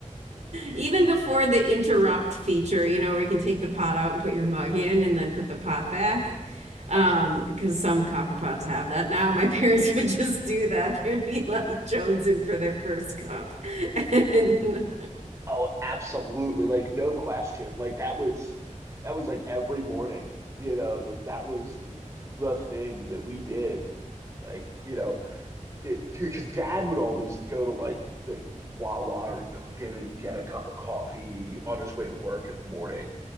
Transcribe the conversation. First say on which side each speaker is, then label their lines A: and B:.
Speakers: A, on the right; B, on the right.
A: Even before the interrupt feature, you know, where you can take the pot out and put your mug in and then put the pot back. Um,
B: Oh,
A: because some coffee pots have that now. My <laughs> parents would just do that. They'd be like jonesing for their first cup. <laughs> And
B: oh, absolutely. Like no question. Like that was that was like every morning, you know, like that was like the thing that we did. Like, you know, it, because dad would always go to like like Wawa or Dunkin' and get a cup of coffee on his way to work in the morning.